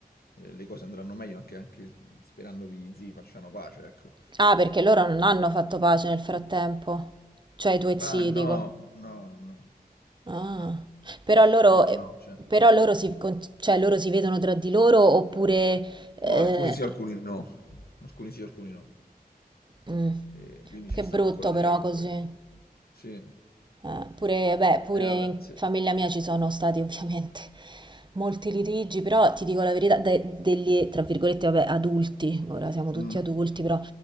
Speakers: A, on the left; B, on the right.
A: eh, le cose andranno meglio anche, anche sperando che gli zii facciano pace, ecco.
B: Ah, perché loro non hanno fatto pace nel frattempo? Cioè i tuoi
A: Ma
B: zii,
A: Certo.
B: dico.
A: no, no, no,
B: Ah.
A: no,
B: Però loro,
A: no,
B: eh,
A: no, cioè,
B: però loro si, con- cioè, loro si vedono tra di loro oppure... eh,
A: no, alcuni sì, alcuni no, alcuni sì, alcuni no.
B: mm.
A: E quindi ci
B: Che
A: stanno
B: brutto
A: ancora delle
B: però
A: acque.
B: così.
A: Sì.
B: Eh, pure, beh, pure
A: Eh, vabbè,
B: in
A: sì.
B: famiglia mia ci sono stati <laughs> ovviamente molti litigi, però ti dico la verità, de- degli, tra virgolette, vabbè, adulti, ora siamo tutti
A: Mm,
B: adulti, però,